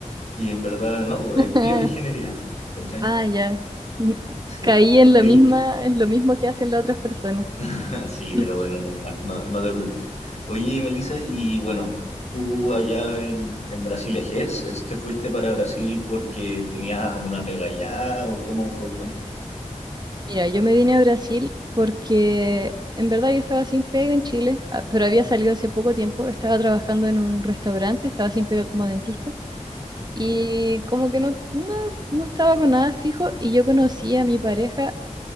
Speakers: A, on the left; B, on the right.
A: y en verdad no,
B: <laughs>
A: es bioingeniería. ¿Cachai?
B: Ah, ya. Mm,
A: Sí.
B: Caí en
A: Oye,
B: lo misma, en lo mismo que hacen las otras personas.
A: <laughs> sí,
B: <laughs>
A: pero bueno, normal, no, no te culpo. Oye, Melissa, y bueno, tú allá en, en Brasil ejerces, ¿te fuiste para Brasil porque tenías una pega allá o cómo fue el cuento?
B: Mira, yo me vine a Brasil porque en verdad yo estaba sin pega en Chile, ah, pero había salido hace poco tiempo, estaba trabajando en un restaurante, estaba sin pega como dentista
A: Ujú,
B: y como que no, no, no estaba con nada fijo y yo conocí a mi pareja